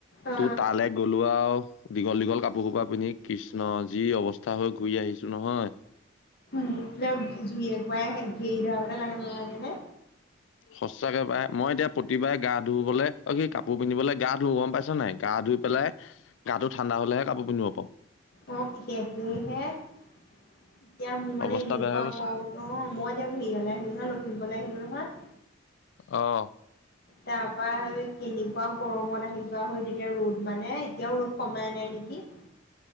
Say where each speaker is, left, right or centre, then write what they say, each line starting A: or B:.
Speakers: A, on the left (about 50°); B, on the left (about 70°).
A: অ
B: তোৰ তাল গলো আৰু। দীঘল দীঘল কাপোৰ খোপা পিন্ধি কৃষ্ণ যি অৱস্থা হৈ ঘূৰি আহিছো নহয়।
A: <unintelligible> জুই একোৱাই হে গেৰি ধৰা আগতে লাহে লাগেনে?
B: সঁচাকে পায় মই এতিয়া প্ৰতিবাৰে গা ধুবলে অ', কি কাপোৰ পিন্ধিবলে গা ধু গম পাইছ নাই গা ধুই পেলাই গাটো ঠাণ্ডা হলেহে কাপোৰ পিন্ধিব পাৰো।
A: অ, সেইটোৱে হে এতিয়া মোৰ মানে
B: অৱস্থা
A: এনেকুৱা
B: বেয়া হৈ গৈছে
A: অ, মই এতিয়া ঘহি ঘালে খুজালো খুলবলে আহিলো নহয়।
B: অ',
A: তাৰপা কেনেকুৱা গৰমত আহি যোৱা হয় তেতিয়া ৰ'দ মানে এতিয়াও ৰ'দ কমাই নাই নেকি। <inaudible>